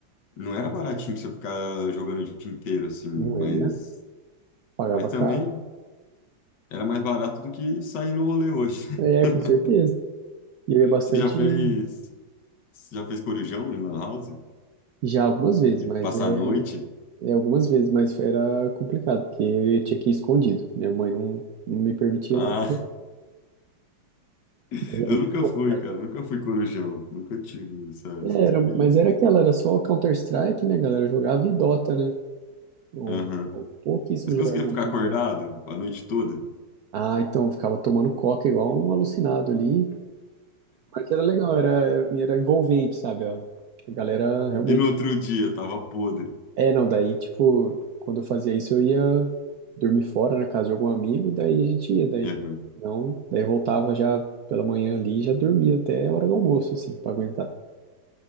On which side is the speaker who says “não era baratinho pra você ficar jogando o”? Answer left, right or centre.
Left